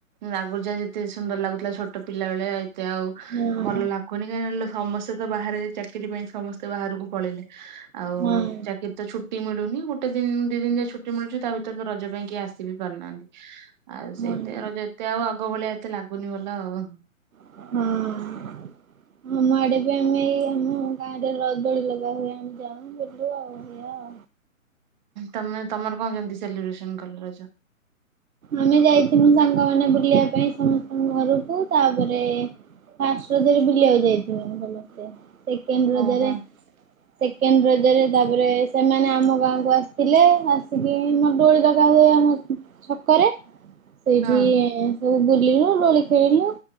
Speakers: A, on the right; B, on the right.
A: ନା ବୁଯା ଯେତେ ସୁନ୍ଦର ଲାଗୁଥିଲା ଛୋଟ ପିଲା ବେଳେ ଏତେ ଆଉ।
B: ହଁ
A: ଭଲ ଲାଗୁନି କାହିଁଲେ ସମସ୍ତେ ତ ବାହାରେ ଚାକିରି ପାଇଁ ସମସ୍ତେ ବାହାରକୁ ପଳେଇିଲେ ଆଉ
B: ହଁ
A: ଚାକିରି ତ ଛୁଟି ମିଳୁନି ଗୋଟେ ଦିନ ଦି ଦିନ ଯାଏ ଛୁଟି ମିଳୁଛି। ତା ଭିତରେ ତ ରଜ ପାଇଁ କିଏ ଆସିିବ ବି ପାରୁନାହାନ୍ତି ଆଉ ସେଇଥିପାଇଁ
B: ହଁ।
A: ରଜ ଏତେ ଆଉ ଆଗ ଭଳିଆ ଏତେ ଲାଗୁନି ଭଲ ଆଉ
B: ହଁ। ଆମ ଆଡେ ବି ଆମେ ଏଇ ଆମ ଗାଁ ରେ ରଜଦଳି ଲଗା ହୁଏ ଆମେ ଯାଉ ବୁଲୁ ଆଉ ଏଇଆ ଆଉ।
A: ତମେ ତମର କଣ କେମିତି ସେଲିବ୍ରେସନ କଲ ରଜ?
B: ଆମେ ଯାଇଥିଲୁ ସାଙ୍ଗମାନେ ବୁଲିବା ପାଇଁ ସମସ୍ତଙ୍କ ଘରକୁ ତାପରେ ଫାଷ୍ଟ ରଜରେ ବୁଲିବାକୁ ଯାଇଥିବେ ସମସ୍ତେ ସେକେଣ୍ଡ ରଜରେ।
A: ଓହୋ
B: ସେକେଣ୍ଡ ରଜରେ ତାପରେ ସେମାନେ ଆମ ଗାଁକୁ ଆସିଥିଲେ ଆସିକି ମୋର ଦୋଳି ଲ <unintelligible> କରେ ସେଇଠି
A: ହଁ
B: ସବୁ ବୁଲିଲୁ ଦୋଳି ଖେଳିଲୁ।